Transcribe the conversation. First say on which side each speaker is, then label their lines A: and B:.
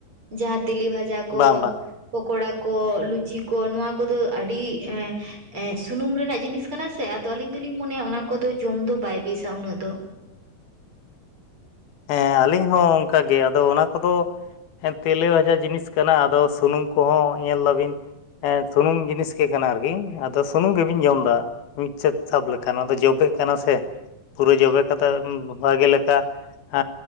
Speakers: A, on the right; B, on the left.
A: ᱡᱟᱦᱟᱸ ᱛᱮᱞᱮ ᱵᱷᱟᱡᱟ ᱠᱚ,
B: ᱵᱟᱝ ᱵᱟᱝ
A: ᱯᱳᱠᱳᱲᱟ ᱠᱚ, ᱞᱩᱪᱤ ᱠᱚ, ᱱᱚᱣᱭᱟ ᱠᱚᱫᱚ ᱟᱹᱰᱤ ᱮ ᱮ ᱥᱩᱱᱩᱢ ᱨᱮᱱᱟᱜ ᱡᱤᱱᱤᱥ ᱠᱟᱱᱟ ᱥᱮ ᱟᱫᱚ ᱟᱞᱤᱧ ᱫᱚᱞᱤᱧ ᱢᱚᱱᱮᱭᱟ ᱚᱱᱟ ᱠᱚᱫᱚ ᱡᱚᱢ ᱫᱚ ᱵᱟᱭ ᱵᱮᱥᱟ ᱩᱱᱟᱹᱜ ᱫᱚ
B: ᱦᱮᱸ ᱟᱹᱞᱤᱧ ᱦᱚᱸ ᱚᱱᱠᱟᱜᱮ ᱟᱫᱚ ᱚᱱᱟ ᱠᱚᱫᱚ ᱦᱮᱸ ᱛᱮᱞᱮ ᱵᱷᱟᱡᱟ ᱡᱤᱱᱤᱥ ᱠᱟᱱᱟ ᱟᱫᱚ ᱥᱩᱱᱩᱢ ᱠᱚᱦᱚᱸ ᱧᱮᱞ ᱟᱹᱵᱤᱱ ᱦᱮᱸ ᱥᱩᱱᱩᱢ ᱡᱤᱱᱤᱥ ᱜᱮ ᱠᱟᱱᱟ ᱟᱨᱠᱤ ᱟᱫᱚ ᱥᱩᱱᱩᱢ ᱜᱮᱵᱤᱱ ᱡᱚᱢ ᱫᱟ ᱢᱤᱫ ᱥᱮᱫ ᱥᱟᱵ ᱞᱮᱠᱟ ᱱᱚᱣᱟ ᱫᱚ ᱡᱚᱵᱮ ᱠᱟᱱᱟ ᱥᱮ ᱯᱩᱨᱟᱹ ᱡᱚᱵᱮ ᱠᱟᱛᱮ ᱵᱷᱟᱜᱮ ᱞᱮᱠᱟ ᱮ